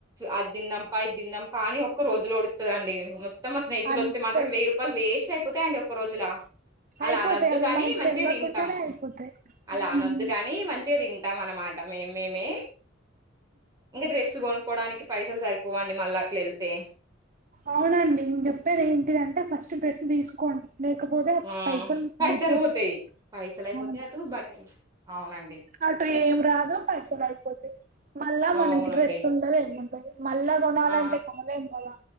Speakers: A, on the right; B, on the right.
A: అదిందంపా ఇద్దందంపా అని ఒ రోజులు పడుతుంది అండి మొత్తం మా స్నేతులు
B: అంతే
A: వస్తతే మాత్రం వేయియ్ రూపాయలు వేస్ట్ అయిపోతాయి అండి ఒక రోజులా అలానొద్దు
B: అయిపోతాయి అవి
A: కాని
B: మనకు
A: మంచిగా
B: తెల్వకుండానే
A: తింటాం
B: అయిపోతాయి
A: అలా
B: ఉమ్,
A: అనొద్దు కాని మంచిగా తింటాం మనలో మన మాట మే మేమే ఇంకా డ్రెస్ కొనుక్కోవడానికి పైసలు సరిపోవండి మళ్ళీ అట్ల వెళ్తే
B: అవునండి నేను చెప్పేది ఏంటిదంటే ఫస్ట్ డ్రెస్ తీసుకోండి లేకపోతే
A: ఆ
B: పైసలు
A: పైసలు
B: అయిపోతాయి
A: పోతాయి పైసలు అయిపోతాయి
B: అవును
A: అటు బట్టలు అవునండి
B: అటు ఏం రాదో పైసలు అయిపోతాది మళ్ళా
A: ఆ!
B: మనకి
A: అవునండి.
B: డ్రెస్ ఉండదు ఏమీ ఉండదు మల్ళా కొనాలంటే
A: ఆ!
B: కొనాలేము కదా